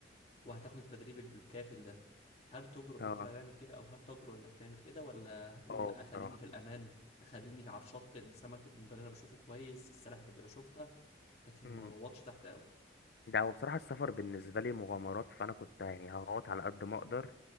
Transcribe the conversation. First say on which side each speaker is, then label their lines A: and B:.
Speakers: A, on the left; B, on the left.
A: وهتاخد التدريب الكافل ده هل تجرؤ
B: اه
A: ان انت هتعمل كده او هل تجرؤ انك تعمل كده ولا هتقول
B: اه
A: لا
B: بصراحه
A: خليني في الامان خليني على الشط السمك اللي انا بشوفه كويس السلاحف اللي بشوفها لكن
B: إمم.
A: ما غوطش تحت قوي
B: ده هو بصراحة السفر بالنسبة لي مغامرات فأنا كنت يعني هقعد على قد ما أقدر